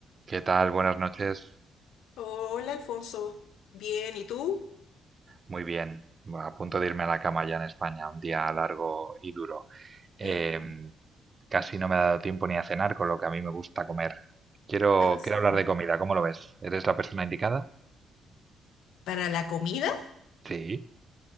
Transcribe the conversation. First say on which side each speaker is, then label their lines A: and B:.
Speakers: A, on the right (about 35°); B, on the left (about 80°).
A: ¿Qué tal? Buenas noches.
B: Hola, Alfonso. Bien, ¿y tú?
A: Muy bien. A punto de irme a la cama ya en España. Un día largo y duro. Em,
B: Ah,
A: casi no me ha dado tiempo ni a cenar, con lo que a mí me gusta comer. Quiero,
B: ah, sí.
A: quiero hablar de comida. ¿Cómo lo ves? ¿Eres la persona indicada?
B: Para la comida
A: Sí.